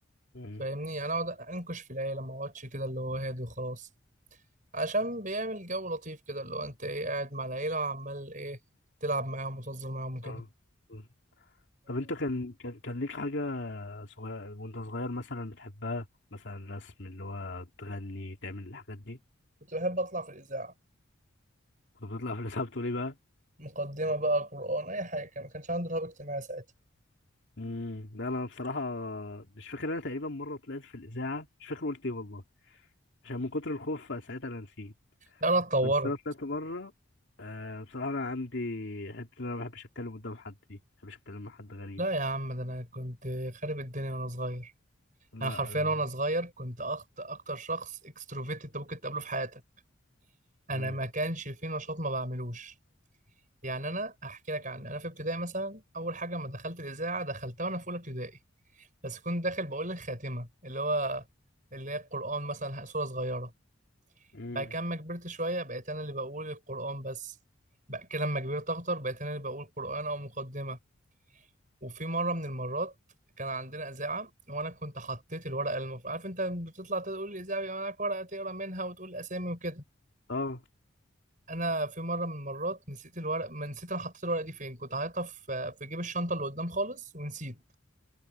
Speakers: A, on the left; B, on the right.
A: مم.
B: فاهمني أنا أقعد أنكش في العيلة ما أقعدش كده اللي هو هادي وخلاص عشان بيعمل جو لطيف كده اللي هو أنت إيه قاعد مع العيلة وعمال إيه تلعب معاهم وتهزر معاهم وكده
A: اه مم. طب انت كان كان كان ليك حاجة صغير وانت صغير مثلا بتحبها مثلا رسم اللي هو تغني تعمل الحاجات دي
B: كنت بحب اطلع في الاذاعه
A: كنت بتطلع في الإذاعة بتقول ايه بقى؟
B: مقدمه بقى قران اي حاجه ما كانش عندي رهاب اجتماعي ساعتها
A: امم لا انا بصراحة مش فاكر انا تقريبا مرة طلعت في الإذاعة مش فاكر قلت ايه والله عشان من كتر الخوف ساعتها انا نسيت
B: لا انا اتطورت
A: بس انا طلعت مرة آه بصراحة انا عندي حتة ان انا ما بحبش اتكلم قدام حد دي ما بحبش اتكلم مع حد غريب
B: لا يا عم ده انا كنت خارب الدنيا وانا صغير
A: لا
B: انا حرفيا
A: انا
B: وانا صغير كنت أخت اكتر شخص اكستروفيت انت ممكن تقابله في حياتك انا
A: امم
B: ما كانش في نشاط ما بعملوش يعني انا احكي لك عن انا في ابتدائي مثلا اول حاجه لما دخلت الاذاعه دخلتها وانا في اولى ابتدائي بس كنت داخل بقول الخاتمه اللي هو اللي هي القران مثلا سوره صغيره
A: مم.
B: بعد كده لما كبرت شوية بقيت أنا اللي بقول القرآن بس بعد كده لما كبرت أكتر بقيت أنا اللي بقول قرآن أو مقدمة وفي مرة من المرات كان عندنا إذاعة وأنا كنت حطيت الورقة المفروض عارف أنت لما بتطلع تقول الإذاعة بيبقى معاك ورقة تقرا منها وتقول أسامي وكده
A: اه
B: أنا في مرة من المرات نسيت الورق ما نسيت أنا حطيت الورقة دي فين كنت حاططها في في جيب الشنطة اللي قدام خالص ونسيت